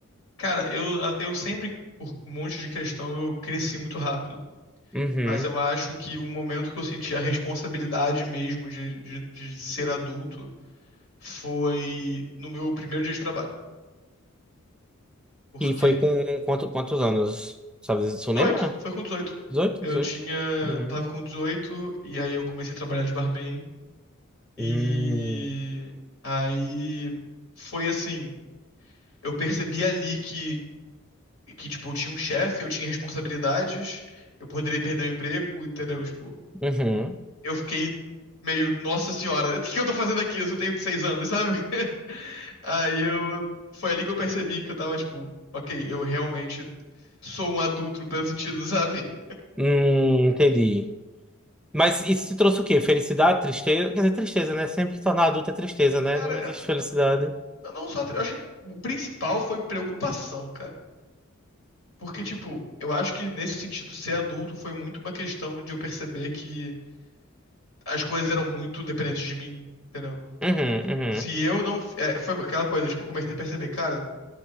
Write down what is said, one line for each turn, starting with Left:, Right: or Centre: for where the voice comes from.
Left: Cara, eu, ah, eu sempre, por um monte de questão, eu cresci muito rápido.
Centre: Uhum.
Left: Mas eu acho que o momento que eu senti a responsabilidade mesmo de, de, de ser adulto foi no meu primeiro dia de trabalho. Porque
Centre: E foi com quanto- quantos anos? Sabe, tu
Left: dezoito,
Centre: lembra?
Left: foi com dezoito,
Centre: dezoito
Left: Eu
Centre: dezoito
Left: tinha,
Centre: Uhum.
Left: tava com 18 e aí eu comecei a trabalhar de barman. E
Centre: Hum,
Left: aí foi assim, eu percebi ali que que, tipo, eu tinha um chefe, eu tinha responsabilidades, eu poderia perder o emprego, entendeu? Tipo,
Centre: uhum.
Left: eu fiquei meio, nossa senhora, o que que eu tô fazendo aqui? Eu só tenho seis anos, sabe? <laughs> Aí eu. Foi ali que eu percebi que eu tava, tipo, ok, eu realmente sou um adulto no pleno sentido, sabe?
Centre: Hum, entendi. Mas isso te trouxe o quê? Felicidade, tristeza? Quer dizer, tristeza, né? Sempre que tornar adulto é tristeza, né?
Left: Cara,
Centre: Não existe
Left: eu,
Centre: felicidade.
Left: eu não só. Eu acho que o principal foi preocupação, cara. Porque, tipo, eu acho que nesse sentido, ser adulto foi muito uma questão de eu perceber que as coisas eram muito dependentes de mim, entendeu?
Centre: Uhum, uhum.
Left: Se eu não. é, foi aquela coisa, tipo, eu comecei a perceber, cara,